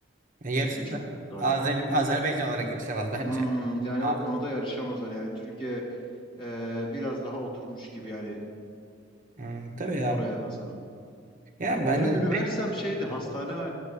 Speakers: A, on the right (about 40°); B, on the left (about 25°).
A: E, yarışır
B: Türkiye çok
A: da
B: çok daha
A: Azer-
B: iyi.
A: Azerbaycan olarak yarışamaz <laughs> bence.
B: Hmm, yani
A: Abi.
B: o konuda yarışamazlar yani. Türkiye e, biraz daha oturmuş gibi yani
A: Hmm, tabii ya.
B: oraya nazaran.
A: Ya bence
B: Benim
A: de.
B: üniversitem şeydi hastane